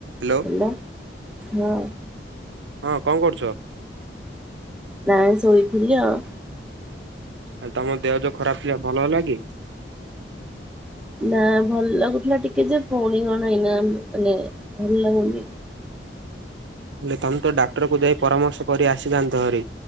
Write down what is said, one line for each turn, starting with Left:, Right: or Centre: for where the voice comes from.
Right: Hello.
Centre: ହେଲା ହଁ।
Right: ହଁ କଣ କରୁଛ?
Centre: ନାଇଁ ସୋଇଥିଲି ଆଉ।
Right: ଆ ତମ ଦେହ ଯୋଉ ଖରାପ୍ ଥିଲା। ଭଲ ହେଲା କି?
Centre: ନା ଭଲ୍ ଲାଗୁଥିଲା ଟିକେ ଯେ, ପୁଣି କଣ ଏଇନା ମାନେ ଭଲ ଲାଗୁନି।
Right: ହେଲେ ତମେ ତ ଡାକ୍ତରକୁ ଯାଇ ପରାମର୍ଶ କରି ଆସିଥାନ୍ତ ହରି।